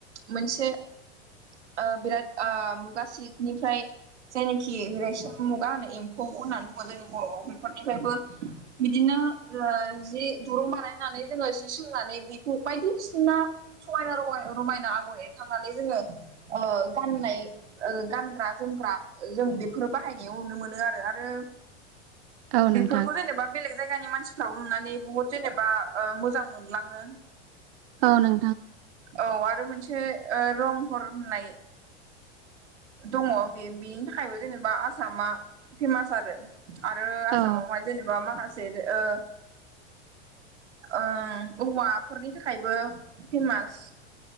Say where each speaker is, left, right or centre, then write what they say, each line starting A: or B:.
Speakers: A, on the right; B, on the right.
A: मोनसे ओ बिराद ओ मुगासि निफ्राय जेनाखि रेसम मुगा होनो एम्फौ होननानै बुङो जोंनि बर'आव बेफोरनिफ्रायबो बिदिनो ओ जि दुरुं बानायनानै जोङो जि सोंनानै बेखौ बायदिसिना समायना रामा रमायना आगर एरखांनानै जोङो ओ गाननाय ओ गान ग्रा जोमग्रा जों बेफोर बाहायनायाव नुनो मोनो आरो आरो
B: औ
A: बेफोरखौ
B: नोंथां
A: जेनेबा बेलेग जायगानि मानसिफ्राबो नुनानै बुहुत जेनेबा ओ मोजां मोनलाङो।
B: औ नों
A: औ आरो मोनसे ओ रंघर होननाय दङ बे बेनि थाखायबो जेनेबा आसामा फेमास आरो। आरो आसामावहाय
B: औ
A: जेनेबा माखास से ओ ओ औवाफोरनि थाखायबो फेमास